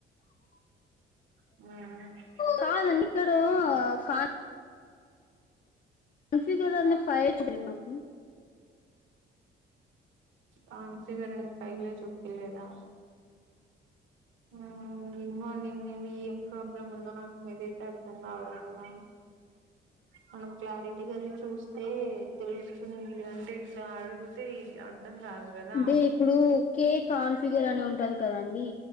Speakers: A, on the right; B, on the left.
A: హుమ్
B: కాదండి ఇక్కడ కాన్ కాన్ఫిగర్ అనే ఫైల్ చూపిత్తలేదు నాకు
A: కాన్ఫిగర్ అనే ఫైల్ ఏ చూపియలేదా. హుమ్ ఏమో అండి మేబి ఏం ప్రాబ్లమ్ ఉందో నాకు మీది అర్థం కావడంలె మనం క్లారిటీగ అది చూస్తే అంటే తెలుస్తుంది. అంటే ఇట్లా అడుగుతే అర్ధం కాదు కదా
B: అంటే
A: ఉమ్
B: ఇప్పుడు కే కాన్ఫిగర్ అనీ ఉంటది కదా అండి